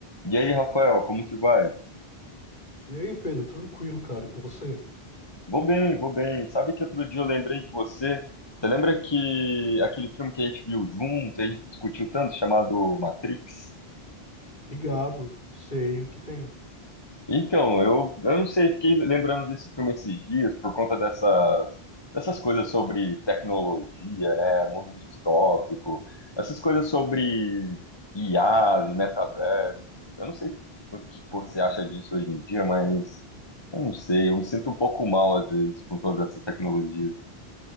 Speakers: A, on the left; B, on the left.
A: E aí, Rafael, como que vai?
B: E aí, Pedro, tranquilo, cara, e com você?
A: Vou bem, vou bem. Sabe que outro dia eu lembrei de você? Você lembra que aquele filme que a gente viu junto, a gente discutiu tanto, chamado Matrix?
B: Ligado, sei o que tem.
A: Então, eu, eu não sei, fiquei lembrando desse filme esses dias por conta dessas, dessas coisas sobre tecnologia, né, mundo distópico, essas coisas sobre IAs e metaverso. Eu não sei o que você acha disso hoje em dia, mas eu não sei, eu me sinto um pouco mal às vezes com todas essas tecnologias.